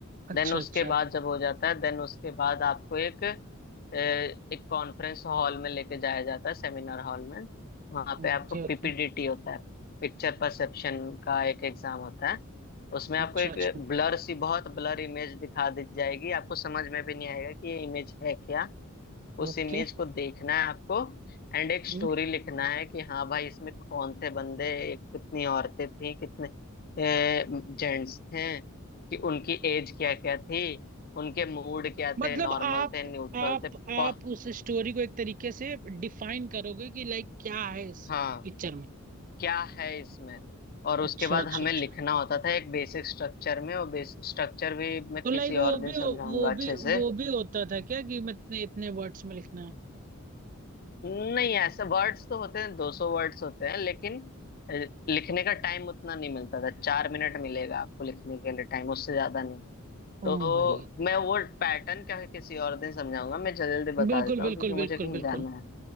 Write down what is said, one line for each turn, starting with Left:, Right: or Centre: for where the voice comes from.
Right: अच्छा
Left: देन उसके
Right: अच्छा
Left: बाद जब हो जाता है देन उसके बाद आपको एक अ, एक कॉन्फ्रेंस हॉल में लेके जाया जाता है सेमिनार हॉल में वहाँ पे
Right: Okay
Left: आपको पीपीडीटी
Right: okay
Left: होता है पिक्चर परसेप्शन का एक एग्जाम होता है उसमें आपको
Right: अच्छा
Left: एक
Right: अच्छा
Left: ब्लर सी बहुत ब्लर इमेज दिखा दी जाएगी आपको समझ में भी नहीं आएगा कि ये इमेज है क्या उस
Right: ओके
Left: इमेज को देखना है आपको एंड एक स्टोरी
Right: हम्म
Left: लिखना है कि हाँ भाई इसमें कौन थे बंदे एक कितनी औरतें थी कितने जेंट्स थे कि उनकी एज क्या क्या थी उनके मूड क्या
Right: मतलब
Left: थे नॉर्मल
Right: आप
Left: थे न्यूट्रल
Right: आप
Left: थे प,
Right: आप उस स्टोरी को एक तरीके से डिफाइन करोगे कि लाइक क्या है इस
Left: हाँ
Right: पिक्चर में
Left: क्या है इसमें और उसके
Right: अच्छा
Left: बाद
Right: अच्छा
Left: हमें
Right: अच्छा
Left: लिखना होता था एक बेसिक स्ट्रक्चर में और बेसिक स्ट्रक्चर भी मैं
Right: तो
Left: किसी
Right: लाइक वो
Left: और दिन
Right: भी
Left: समझाऊंगा
Right: वो
Left: अच्छे
Right: भी
Left: से
Right: वो भी होता था क्या कि मैं इतने इतने वर्ड्स में लिखना है
Left: नहीं ऐसे वर्ड्स तो होते हैं दो सौ वर्ड्स होते हैं लेकिन अ, लिखने का टाइम उतना नहीं मिलता था चार मिनट मिलेगा आपको लिखने के लिए टाइम उससे ज्यादा नहीं
Right: ओ
Left: तो
Right: भाई
Left: मैं वो पैटर्न क्या है किसी और दिन समझाऊंगा मैं जल्दी बता
Right: बिल्कुल
Left: देता हूँ
Right: बिल्कुल
Left: क्योंकि मुझे
Right: बिल्कुल
Left: कहीं
Right: बिल्कुल
Left: जाना है